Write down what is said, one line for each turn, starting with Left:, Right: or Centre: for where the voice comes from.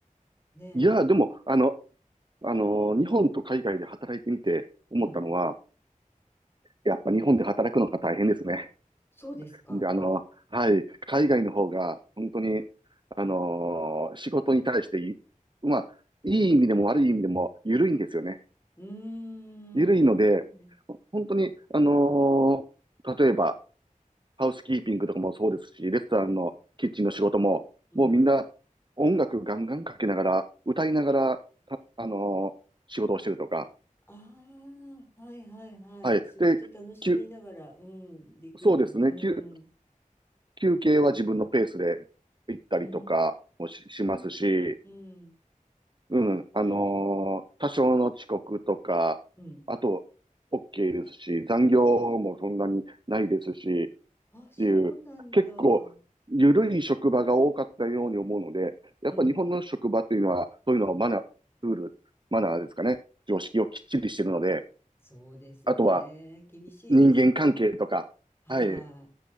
Left: ね
Right: いや、でも、あの、あの、日本と海外で働いてみて思ったのは、
Left: え。うん。
Right: やっぱ日本で働くのが大変ですね。
Left: そうですか。
Right: で、あの、はい、海外の方が、本当に、あのー仕事に対していい、まあ、いい意味でも悪い意味でも、緩いんですよね。
Left: うーん、
Right: 緩いので、
Left: なるほどね。
Right: ほ本当に、あのー例えば、ハウスキーピングとかもそうですし、レストランのキッチンの仕事も、
Left: うん。うん。
Right: もうみんな、音楽ガンガンかけながら、歌いながら、たあのー仕事をしてるとか、
Left: ああ、はいはいはい。
Right: はい。
Left: 仕事楽しみながら、
Right: で、休
Left: うん、できる。
Right: そうですね、
Left: う
Right: 休、
Left: ん。
Right: 休憩は自分のペースで行ったりとかもし、
Left: うー
Right: しますし、
Left: ん。うん。
Right: うん。あのー多少の遅刻とか、
Left: うん。
Right: あと、OK ですし、残業もそんなにないですし、
Left: あ、あ、そうなんだ。
Right: っていう、結構、緩い職場が多かったように思うので、やっぱ日本の職場っていうのは、
Left: うん。
Right: そういうのはマナー、ルール、マナーですかね。常識をきっちりしてるので、
Left: そうですね。
Right: あとは
Left: 厳しいですよね。
Right: 人間関係とか、
Left: は
Right: はい、